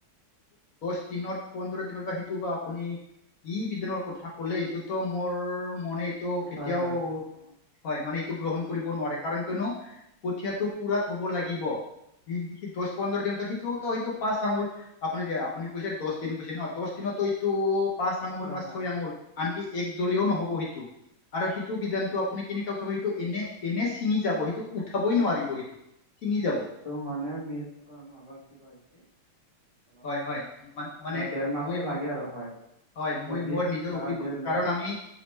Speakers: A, on the left; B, on the left.
A: অ-
B: সেইটো বা আপুনি ই বিদনৰ কথা কলে এইটোতো মোৰ মানে এইটো
A: হয়
B: কেতিয়াও
A: হয় হয় অ'
B: হয় মানে। গ্ৰহণ কৰিব নোৱাৰে কাৰণ কিয়নো কঠিয়টো পুৰাত হ'ব লাগিব। স স দহ পন্ধৰ দিনটো সি টো তো সেইটো পাচ আঙুল আপুনি দিয়া আপুনি কৈছে দছ দিন কৈছে ন দছ দিনতো এইটো পাঁচ
A: হয়
B: আঙুল
A: হয়
B: বা
A: হয়
B: ছয় আঙুল আনকি এক জ্বলও নহব সেইটো। আৰু সেইটো বিধানটো
A: হয়
B: আপুনি কেনেকে উঠাব সেইটো এনে এনে ছিঙি যাব সেইটো উঠাবই নোৱাৰিব সেইটো ছিঙি
A: ত
B: যাব
A: ম তো মানে মিচত কিবা হৈছে অলপ
B: হয় হয়
A: হয় আপোনাৰ
B: মানে
A: দেৰ মাহটো
B: মই
A: লাগে আৰু হয়
B: হয় মই
A: বিশ
B: মোৰ নিজৰ
A: বা
B: অভিজ্ঞ
A: দেৰ মাহ
B: কাৰণ আমি